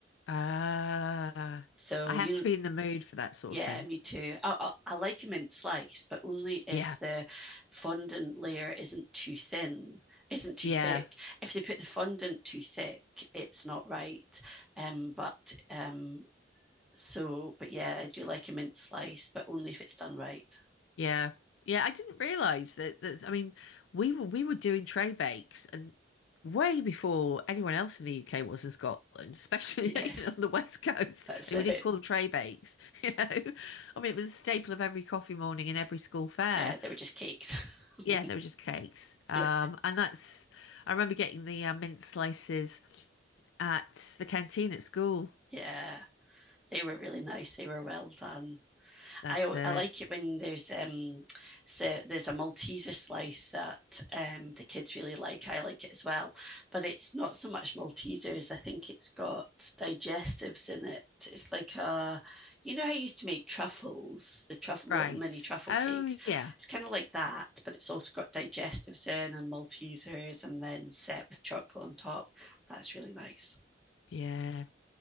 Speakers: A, on the left; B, in the centre.
A: Uh
B: So,
A: I have
B: you know,
A: to be in the mood for that sort
B: yeah,
A: of thing.
B: me too. I, I, I like a mint slice, but only if
A: Yeah.
B: the fondant layer isn't too thin, isn't too
A: Yeah.
B: thick. If they put the fondant too thick, it's not right. Um, but um, so, but yeah, I do like a mint slice, but only if it's done right. <laughs>
A: Yeah. Yeah, I didn't realize that that I mean, we were we were doing tray bakes and way before anyone else in the UK was in Scotland, especially
B: Yes,
A: <laughs> you know, on the West Coast.
B: that's
A: And
B: it.
A: we didn't call them tray bakes, <laughs> you know. I mean, it was a staple of every coffee morning and every school fair.
B: Yeah, they were just cakes. <laughs>
A: Yeah, they were just cakes. Um,
B: Yeah,
A: and that's I remember getting the uh, mint slices at the canteen at school.
B: yeah, they were really nice. They were well done.
A: That's
B: I,
A: it.
B: I like it when there's um so there's a Malteser slice that um the kids really like. I like it as well, but it's not so much Maltesers. I think it's got digestives in it. It's like a you know how I used to make truffles, the truffle
A: Right.
B: little mini truffle
A: Oh
B: cakes.
A: yeah.
B: It's kind of like that, but it's also got digestives in and Maltesers, and then set with chocolate on top. That's really nice. <laughs>
A: Yeah.